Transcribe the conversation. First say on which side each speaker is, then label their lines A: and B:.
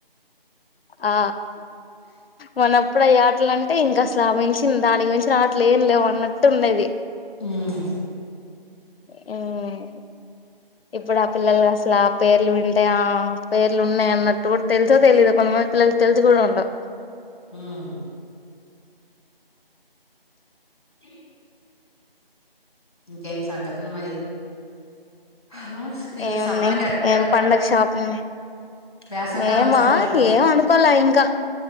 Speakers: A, on the left; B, on the left.
A: ఆ మనప్పుడు అ ఆటలు అంటే ఇంకా దాన్ మించి దానికి మించిన ఆటలు ఏం లేవు అన్నట్టు ఉండేది
B: హుమ్మ్
A: హుమ్మ్ ఇప్పుడు ఆ పిల్లలు అసలు ఆ పేర్లు వింటే ఆ పేర్లు ఉన్నాయి అన్నట్టు కూడా తెలుసో తెలీయదు కొంతమంది పిల్లలుకి తెలుసు కూడా ఉండవు
B: ఊమ్మ్మ్మ్ గి ఇంకేం సంగతి లు మరి ఆ! ఈ
A: ఏమున్నాయి
B: సమ్మర్ కి ఎక్కడికి
A: ఏం
B: వెళ్తున్నారు
A: పండగ షాపింగ్
B: వేసవికాలం
A: మేమా
B: సెలవులకి
A: ఏం అనుకోలా ఇంకా